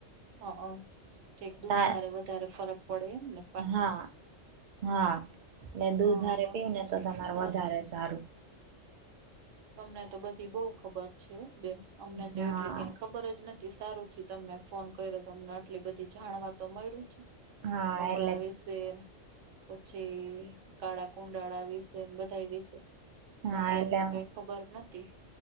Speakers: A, on the right (about 75°); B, on the right (about 60°).
A: હ હ કક દૂધ
B: તા
A: હારે વધારે ફરક પડે એમને
B: હા હા એટલે દૂધારે
A: હા હા
B: પીવું ને તો તમાર
A: સારું
B: વધારે સારું
A: તમને તો બધી બહ ખબર છે બેન અમને તો
B: હા
A: એટલી કાઈક ખબર જ નથી સારું થી તમને ફોન કર્યો તમને આટલી બધી જાણવા તો મળ્યું છે.
B: હા
A: કમણા
B: એટલે
A: વિશે પછી. કાળા કુંડાળા વિશે બધા વિશે
B: હા
A: બાકી
B: એટલે
A: અમને કઈ ખબર નથી.